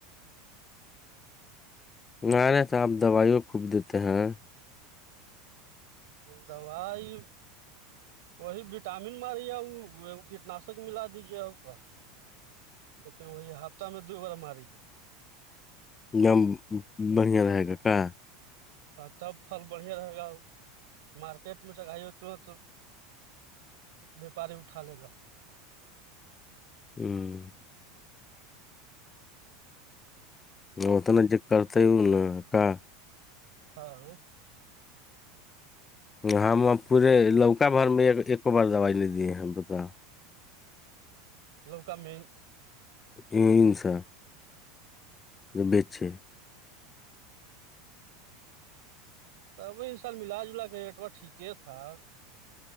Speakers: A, on the left; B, on the right.
A: نہ رہے تو آپ دوائیوں خوب دیتے ہیں
B: دوائی وہی وٹامن مارییا کیٹناشک ملا دیجیے آپ کا لیکن وہی ہفتہ میں دو بار ماری ہے
A: دم بڑھیا رہے گ کا
B: ہاں تب فل بڑھیا رہے گا مارکیٹ میں جگائی تورت ویاپاری اٹھا لے گا
A: ہوں اتنا جو کرتے ہے ا ن کا
B: ہاں
A: ہم پورے لوکا بھر میں ایکو بار دوائی لے دیے ہیں بتا
B: لوکا میں
A: یہ س بیچے
B: ت اب ان شاء ال ملا جلا کے ریٹ وہا ٹھیک تھا